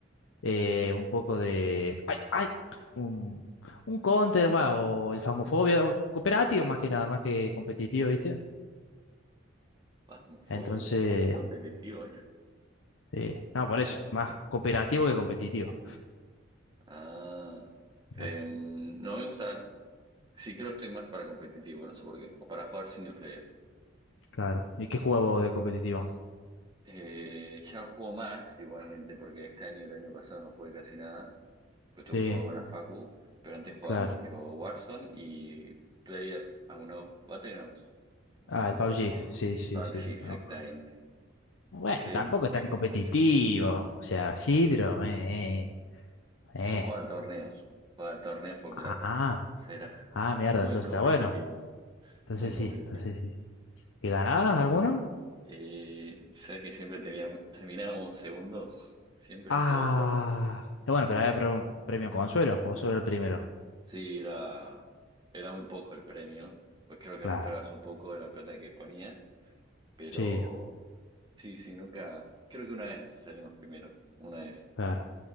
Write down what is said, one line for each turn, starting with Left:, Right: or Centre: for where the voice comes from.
Left: eh, un poco de... ¡Ay, ay! Un, un Counter, va, o el Phasmophobia, o cooperativo más que nada, más que competitivo, ¿viste?
Right: Phasmophobia,
Left: Entonces,
Right: competitivo es.
Left: eh, no, por eso, más cooperativo que competitivo.
Right: Ah, em,
Left: Ah,
Right: no me gusta, sí creo que estoy más para competitivo, no sé por qué, o para jugar single player.
Left: Claro. ¿Y qué juego de competitivo?
Right: Eh, ya no juego más igualmente, porque este año y el año pasado no jugué casi nada. pero estoy
Left: Sí,
Right: ocupado con la facu, pero antes jugaba
Left: claro.
Right: mucho Warzone y Player Unknown Battlegrounds, no
Left: Ah,
Right: sé si lo
Left: el
Right: ubicas.
Left: PUBG, sí, sí,
Right: PUBG,
Left: sí, lo
Right: exactamente.
Left: conozco. Bueno,
Right: Ese
Left: tampoco
Right: me
Left: es tan
Right: dice
Left: competitivo.
Right: mucho.
Left: O sea, sí, pero... Eh, eh.
Right: Yo jugaba
Left: eh.
Right: a torneos, jugaba a torneos por plata.
Left: Ah,
Right: Será
Left: ah,
Right: <laughs>
Left: mierda,
Right: muy
Left: entonces
Right: competitivo,
Left: está bueno. Entonces
Right: muy competitivo.
Left: sí, entonces sí. ¿Y ganabas alguno?
Right: Eh, ¿sabes que siempre teníamos, terminábamos segundo? <laughs> Siempre
Left: Ah,
Right: segundo.
Left: eh, bueno, pero había pre- un premio consuelo, o solo el primero.
Right: Sí, era, era muy poco el premio, pues creo que
Left: Claro,
Right: recuperabas un poco de la plata que ponías, pero
Left: sí,
Right: Sí, sí, nunca. Creo que una vez salimos primero, una vez,
Left: claro.